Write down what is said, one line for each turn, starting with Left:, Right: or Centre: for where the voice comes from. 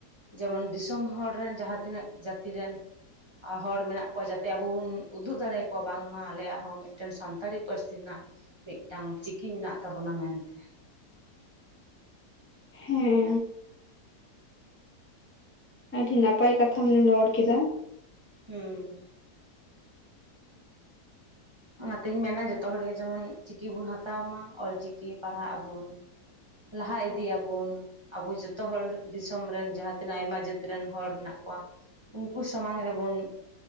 Right: ᱡᱮᱢᱚᱱ ᱫᱤᱥᱚᱢ ᱦᱚᱲ ᱨᱮᱱ ᱡᱟᱦᱟᱸ ᱛᱤᱱᱟᱹᱜ ᱡᱟᱹᱛᱤ ᱨᱮᱱ ᱦᱚᱲ ᱢᱮᱱᱟᱜ ᱠᱚᱣᱟ ᱡᱟᱛᱮᱼᱼ ᱡᱟᱛᱮ ᱟᱵᱚ ᱵᱚᱱ ᱩᱫᱩᱜ ᱫᱟᱲᱮ ᱭᱟᱠᱚᱣᱟ ᱵᱟᱝ ᱢᱟ ᱟᱞᱮᱭᱟᱼᱜ ᱦᱚᱸ ᱢᱤᱫ ᱴᱮᱱ ᱥᱟᱱᱛᱟᱲᱤ ᱯᱟᱹᱨᱥᱤ ᱨᱮᱱᱟᱜᱼᱼ ᱢᱤᱫ ᱴᱟᱝ ᱪᱤᱠᱤ ᱢᱮᱱᱟᱜ ᱛᱟᱵᱚᱱᱟ ᱢᱮᱱᱛᱮᱼᱼ
Left: ᱦᱮᱸ ᱟᱹᱰᱤ ᱱᱟᱯᱟᱭ ᱠᱟᱛᱷᱟᱢ ᱨᱚᱲ ᱠᱮᱫᱟ᱾
Right: ᱦᱮᱸ ᱚᱱᱟᱛᱤᱧ ᱢᱮᱱᱟ ᱡᱷᱚᱛᱚ ᱦᱚᱲ ᱜᱮ ᱡᱮᱢᱚᱱ ᱪᱤᱠᱤ ᱵᱚᱱ ᱦᱟᱛᱟᱣ ᱢᱟ ᱚᱞ ᱪᱤᱠᱤ ᱯᱟᱲᱦᱟᱜ ᱟᱵᱚᱱ᱾ ᱞᱟᱦᱟ ᱤᱫᱤᱜ ᱟᱵᱚᱱ ᱟᱵᱚ ᱡᱷᱚᱛᱚ ᱦᱚᱲ ᱫᱤᱥᱚᱢ ᱨᱮᱱ ᱡᱟᱦᱟᱸ ᱛᱤᱱᱟᱹᱜ ᱟᱭᱢᱟ ᱡᱟᱹᱛ ᱨᱮᱱ ᱦᱚᱲ ᱢᱮᱱᱟᱜ ᱠᱚᱣᱟ᱾ ᱩᱱᱠᱩ ᱥᱟᱢᱟᱝ ᱨᱮᱵᱚᱱ